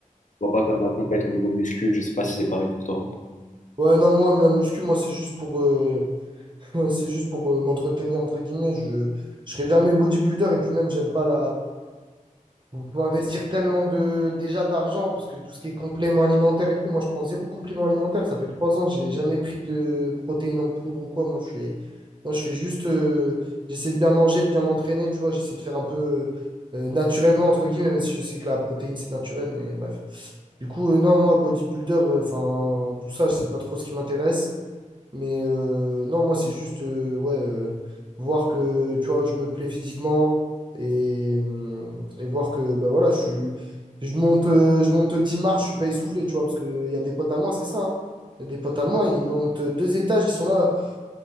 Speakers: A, on the left; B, on the right.
A: doit pas faire de la compète au niveau muscu. Je sais pas si c'est pareil pour toi.
B: Ouais, non, moi, la muscu, moi, c'est juste pour, euh, <laughs> c'est juste pour euh, m'entretenir, entre guillemets. Je, je serai jamais bodybuilder et puis même, j'aime pas la, On peut investir tellement de déjà d'argent, parce que tout ce qui est complément alimentaire et tout, moi je prends zéro complément alimentaire. Ça fait trois ans, j'ai jamais pris de protéines en poudre ou quoi. Moi je fais, moi, je fais juste, euh, j'essaie de bien manger, de bien m'entraîner, tu vois. J'essaie de faire un peu euh, euh, naturellement, entre guillemets, même si je sais que la protéine c'est naturel, mais bref. Du coup, euh, non, moi bodybuilder, euh, enfin tout ça, je sais pas trop ce qui m'intéresse. Mais euh, non, moi, c'est juste euh, ouais, euh, voir que tu vois, je me plais physiquement et, euh, et voir que bah, voilà, je suis, je monte, euh, je monte 10 marches, je suis pas essoufflé, tu vois, parce qu'il y a des potes à moi, c'est ça. hein. Il y a des potes à moi, ils montent deux étages, ils sont là.